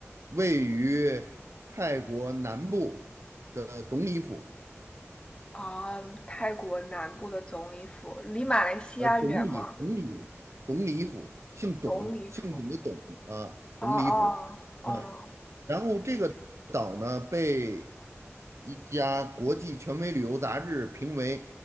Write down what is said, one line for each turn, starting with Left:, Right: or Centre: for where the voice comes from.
Right: 位于泰国南部的董里府。
Left: 啊，泰国南部的总理府离马来西亚远吗？
Right: 呃，董里，董里，董里府，姓董，
Left: 总理府，
Right: 姓董的董啊，
Left: 哦哦哦
Right: 董里府。嗯。然后这个岛呢，被一家国际权威旅游杂志评为